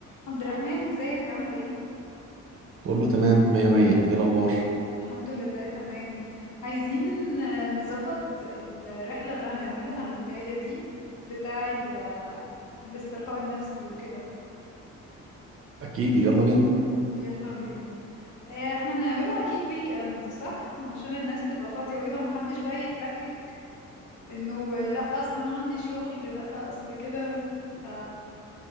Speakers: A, on the left (about 75°); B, on the right (about 45°).
A: عبد الرحمن ازيك عامل ايه
B: كله تمام مية مية ايه الأخبار؟
A: الحمد لله تمام عايزين آه، نظبط الرحلة اللي هنعملها الجاية دي بتاع ال- آه، الاسترخاء النفسي وكده
B: أكيد يلا بينا
A: يلا بينا آه، احنا هنعملها اكيد ويك اند صح علشان الناس تبقى فاضية وكده ومحدش بقى يتلكك انه آه، لا اصلا انا عندي شغل لا اصل كده ف